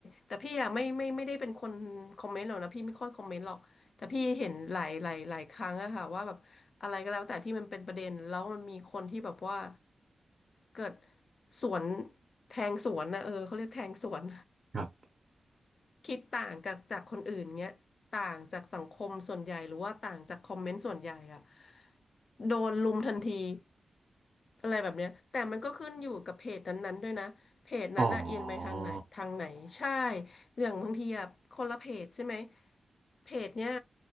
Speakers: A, on the left; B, on the right.
A: แต่พี่อะไม่ไม่ไม่ได้เป็นคนคอมเมนต์หรอกนะพี่ไม่ค่อยคอมเมนต์หรอกแต่พี่เห็นหลายหลายหลายครั้งอะค่ะว่าแบบอะไรก็แล้วแต่ที่มันเป็นประเด็นแล้วมันมีคนที่แบบว่าเกิดสวนแทงสวนนะเออเขาเรียกแทงสวน
B: ครับ
A: คิดต่างกับจากคนอื่นเงี้ยต่างจากสังคมส่วนใหญ่หรือว่าต่างจากคอมเมนต์ส่วนใหญ่อะโดนลุมทันทีอะไรแบบเนี้ยแต่มันก็ขึ้นอยู่กับเพจนั้นๆด้วยนะเพจนั้นน่ะเอียงไปทางไหนทางไหนใช่
B: อ๋อ
A: อย่างบางทีอะคนละเพจใช่ไหมเพจเนี้ย